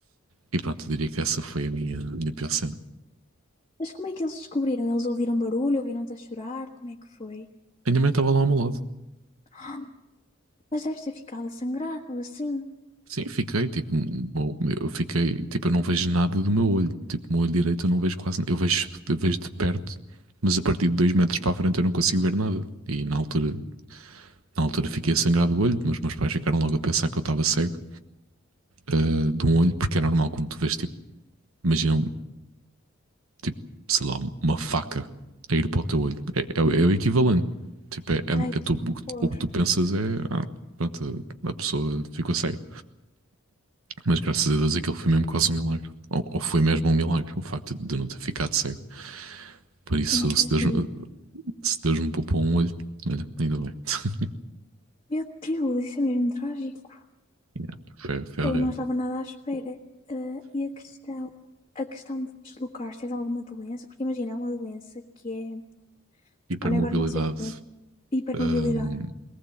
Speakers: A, on the right; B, on the left.
A: E pronto, eu diria que essa foi a minha, a minha pior cena.
B: Mas como é que eles descobriram? Eles ouviram barulho? Ouviram-te a chorar? Como é que foi?
A: A minha mãe estava lá ao meu lado.
B: <gasps> Mas deve ter ficado a sangrar ou assim.
A: Sim, fiquei, tipo, um- um- eu fiquei, tipo, eu não vejo nada do meu olho. Tipo, o meu olho direito eu não vejo quase, eu vejo, eu vejo de perto, mas a partir de dois metros para a frente eu não consigo ver nada. E na altura, na altura fiquei a sangrar do olho, mas meus pais ficaram logo a pensar que eu estava cego, ah, de um olho, porque é normal quando tu vês, tipo, imagina, um- tipo, sei lá, uma faca a ir para o teu olho. É, é o
B: Sim.
A: é o equivalente. Tipo, é, é-
B: Ai,
A: é tu-
B: que
A: o, que
B: horror.
A: o que tu pensas é, ah, pronto, a, a pessoa ficou cega. Mas graças a Deus aquilo foi mesmo quase um milagre. Ou, ou foi mesmo um milagre, o facto de eu não ter ficado cego. Por isso,
B: Mesmo.
A: se Deus, se Deus me poupou um olho, olha, ainda bem. <laughs>
B: Meu Deus, isso é mesmo trágico.
A: Yeah, foi, foi
B: Pô,
A: horrível.
B: eu não estava nada à espera. Ah, e a questão, a questão de deslocar, se tens alguma doença, porque imagina, é uma doença que é
A: Hipermobilidade,
B: Olha, agora não sei o nome. Hipermobilidade.
A: hum,